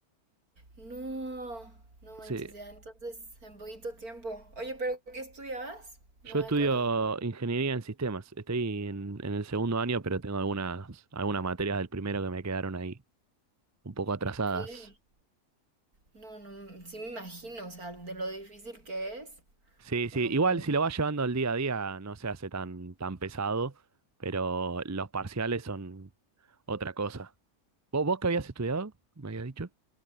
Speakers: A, on the right (about 75°); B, on the right (about 15°).
A: No, no manches
B: Sí,
A: ya, entonces en poquito tiempo. Oye, pero ¿qué estudiabas? No
B: yo
A: me
B: estudio
A: acuerdo.
B: ingeniería en sistemas. Estoy en, en el segundo año, pero tengo algunas, algunas materias del primero que me quedaron ahí, un poco atrasadas.
A: ¿Qué? No, no, sí me imagino, o sea, de lo difícil que es.
B: Sí, sí,
A: Como
B: igual
A: que
B: si lo vas llevando al día a día no se hace tan, tan pesado, pero los parciales son otra cosa. ¿Vos, vos qué habías estudiado? ¿Me habías dicho?